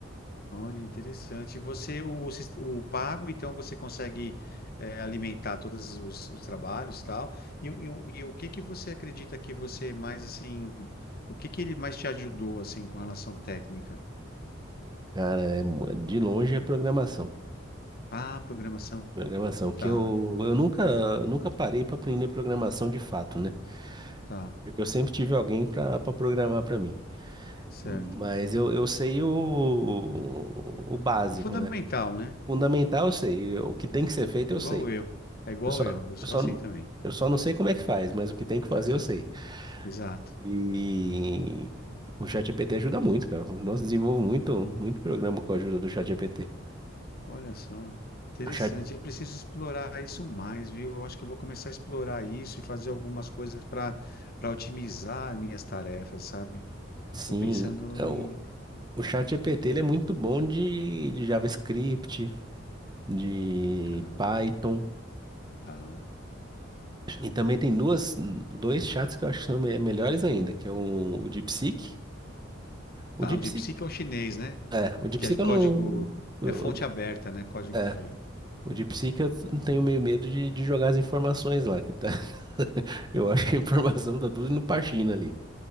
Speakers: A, on the left (about 50°); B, on the right (about 20°).
A: Olha, interessante. E você, o, sis- o pago, então você consegue eh, alimentar todos os, os trabalhos e tal. E, o- e, o e o que que você acredita que você mais, assim, o que que ele mais te ajudou, assim, com relação técnica?
B: Cara, é mu- de longe é programação.
A: Ah, programação.
B: Programação, que
A: Tá,
B: eu, eu nunca, nunca parei para aprender programação de fato, né?
A: tá,
B: Porque eu sempre tive alguém para programar para mim.
A: certo.
B: Mas eu, eu sei o, o básico,
A: O fundamental,
B: né?
A: né?
B: Fundamental eu sei, o que tem que ser feito eu
A: Igual
B: sei.
A: eu. É igual
B: Eu só,
A: eu. Eu sou
B: eu só,
A: assim também.
B: eu só não sei como é que faz, mas o que tem que fazer eu sei.
A: Exato.
B: E o ChatGPT ajuda muito, cara. Nós desenvolvo muito, muito programa com a ajuda do ChatGPT.
A: Olha só, interessante.
B: O Chat...
A: É preciso explorar isso mais, viu? Eu acho que eu vou começar a explorar isso e fazer algumas coisas para para otimizar minhas tarefas, sabe?
B: Sim,
A: Tô pensando
B: é, o,
A: em.
B: o ChatGPT ele é muito bom de, de JavaScript, de
A: Tá,
B: Python.
A: tá.
B: E também tem duas, dois chats que eu acho que são me- melhores ainda, que é o, o DeepSeek. O
A: Tá,
B: DeepSeek,
A: o de psique é o chinês, né?
B: é, o DeepSeek
A: Que é código.
B: eu não... o-
A: É fonte aberta, né? Código
B: é,
A: free.
B: o DeepSeek eu tenho meio medo de, de jogar as informações lá, que tá... <laughs> Eu acho que a informação tá tudo no Parchina ali.